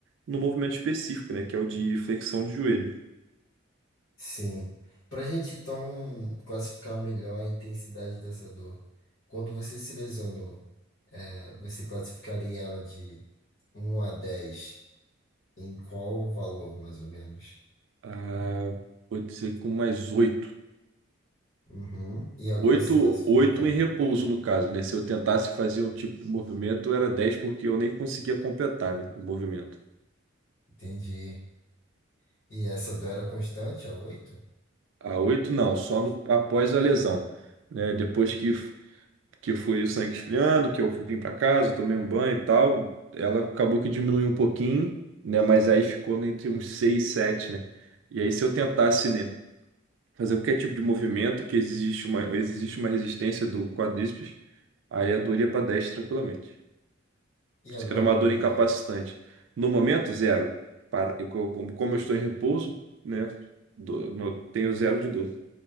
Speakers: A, on the right; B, on the left.
A: no movimento específico, né? Que é o de flexão de joelho.
B: Sim. Para a gente então classificar melhor a intensidade dessa dor, quando você se lesionou, eh, você classificaria ela de um a 10 em qual valor, mais ou menos?
A: Ah, vou dizer com mais oito.
B: Uhum. E agora
A: Oito,
B: você classifica
A: oito
B: como?
A: em repouso, no caso, né? Se eu tentasse fazer um tipo de movimento, era dez, porque eu nem conseguia completar, né, o movimento.
B: Entendi. E essa dor era constante, a oito
A: A oito, não, só no- após a lesão, né? Depois que, que foi o sangue esfriando, que eu vim para casa, tomei um banho e tal, ela acabou que diminuiu um pouquinho, né? Mas aí ficou entre uns seis, e sete, né? E aí, se eu tentasse, né? fazer qualquer tipo de movimento que existe uma, existe uma resistência do quadríceps, aí a dor ia para 10 tranquilamente.
B: E agora,
A: Era uma
B: no
A: dor
B: momento,
A: incapacitante. No momento, zero. Para, e co- como, como eu estou em repouso, né, do- no- tenho zero de dor.